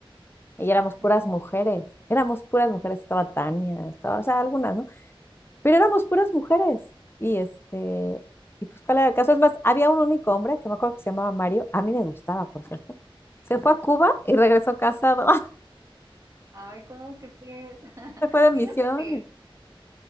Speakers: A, on the left; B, on the right.
A: y éramos
B: Ajá.
A: puras mujeres. Éramos puras mujeres, estaba Tania, estaba, o sea, algunas, ¿no? pero éramos puras mujeres. Y este, y pues cuál era el caso. Es más, había un único hombre que me acuerdo que se llamaba Mario, a mí me gustaba, por cierto. Se fue a Cuba y regresó casado. <laughs>
B: Ay, ¿cómo crees? <laughs>
A: Se fue de misión.
B: Fíjate que,